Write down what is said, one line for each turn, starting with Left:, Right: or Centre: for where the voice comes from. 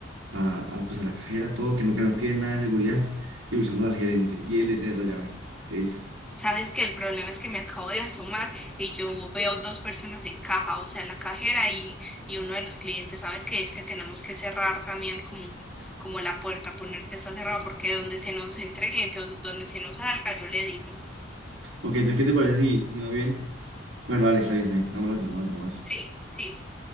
Right: a, a, pues a la cajera, todo, que no, que no activen nada de seguridad, y buscamos al gerente y él de tener la llave. ¿Qué dices?
Centre: Sabes que el problema es que me acabo de asomar y yo veo dos personas en caja, o sea, la cajera y, y uno de los clientes. Sabes que es que tenemos que cerrar también como, como la puerta, poner que está cerrada, porque donde se nos entre gente o donde se nos salga, yo le digo.
Right: Ok, entonces, ¿qué te parece si, si más bien? Bueno, dale, está bien, está bien. Hagámoslo así, hagámoslo así, hagámoslo así.
Centre: Sí, sí.